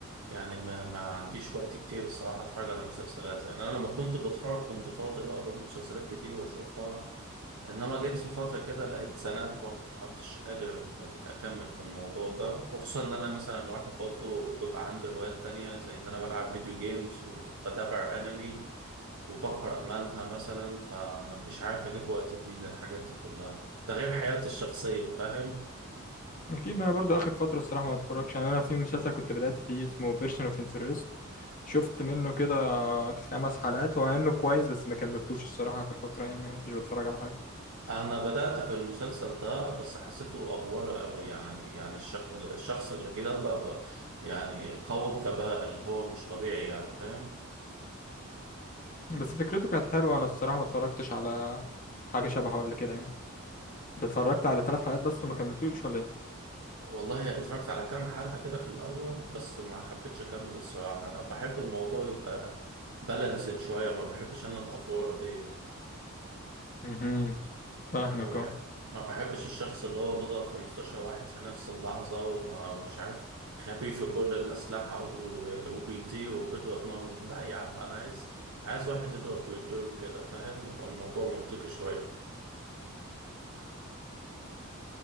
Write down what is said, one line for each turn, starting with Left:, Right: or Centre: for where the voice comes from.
Right: يعني ما, ما عنديش وقت كتير الصراحة اتفرج على مسلسلات يعني انا لما كنت بتفرج كنت فاضي بقى بجيب مسلسلات كتير واشوفها انما جيت في فترة كده لقيت اتزنقت بقى ما عدتش قادر اكمل في الموضوع ده وخصوصا ان انا مثلا واحد برضه بيبقى عندي هوايات تانية زي ان انا بلعب فيديو جيمز وبتابع انمي وبقرأ مانهوا مثلا فمش عارف اجيب وقت منين الحاجات دي كلها ده غير حياتي الشخصية فاهم
Left: اكيد ما انا برضو اخر فتره الصراحه ما بتفرجش يعني انا في مسلسل كنت بدات فيه اسمه بيرسون اوف انترست شفت منه كده خمس حلقات هو انه كويس بس ما كملتوش الصراحه اخر فتره يعني ما كنتش بتفرج على حاجه
Right: انا بدأت في المسلسل ده بس حسيته افوار قوي يعني يعني الشخص الشخص اللي كده بقى بقى يعني قوي بغباء اللي هو مش طبيعي يعني فاهم
Left: بس فكرته كانت حلوه انا الصراحه ما اتفرجتش على حاجه شبهه قبل كده يعني انت اتفرجت على ثلاث حلقات بس وما كملتوش ولا ايه
Right: والله اتفرجت على كام حلقة كده في الاول بس ما حبيتش اكمل الصراحة انا بحب الموضوع يبقى بالانسد شوية ما بحبش انا الافوار دي
Left: امم فاهمك
Right: يعني ما بحب
Left: اه
Right: ما بحبش الشخص اللي هو بيضرب 15 واحد في نفس اللحظة ومش عارف خبي في كل الأسلحة و- وبيطير وبيضرب نار لا يا عم أنا عايز عايز واحد يضرب ويضرب كده فاهم يبقى الموضوع منطقي شوية